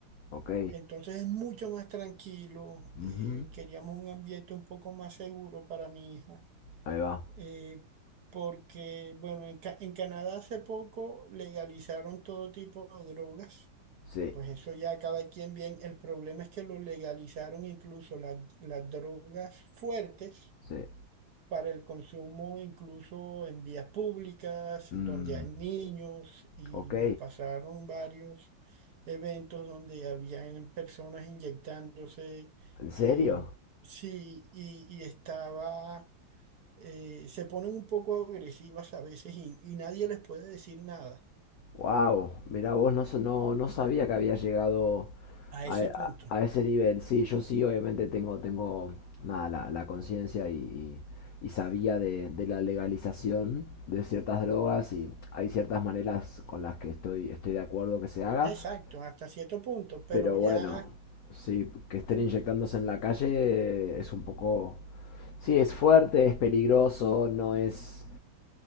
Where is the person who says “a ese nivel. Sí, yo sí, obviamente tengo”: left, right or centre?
Left